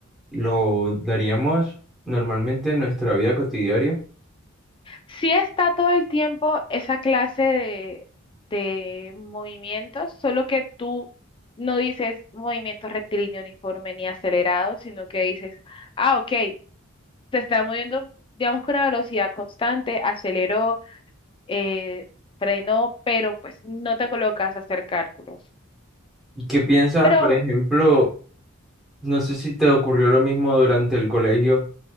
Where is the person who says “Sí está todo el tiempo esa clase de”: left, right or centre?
Left